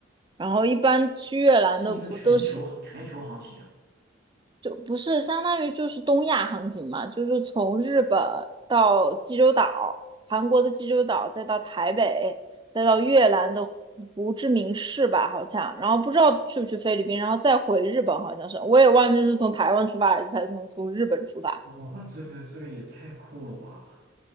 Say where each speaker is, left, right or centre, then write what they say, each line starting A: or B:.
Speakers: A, on the right; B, on the right.
A: 然后一般去越南的不都是
B: <laughs> 是一个全球航全球航行啊。
A: 就不是相当于就是东亚航行嘛，就是从日本到济州岛，韩国的济州岛，再到台北，再到越南的胡志明市吧，好像。然后不知道去不去菲律宾，然后再回日本，好像是我也忘记是从台湾出发还是才从从日本出发。
B: 哇，这个这个也太酷了吧！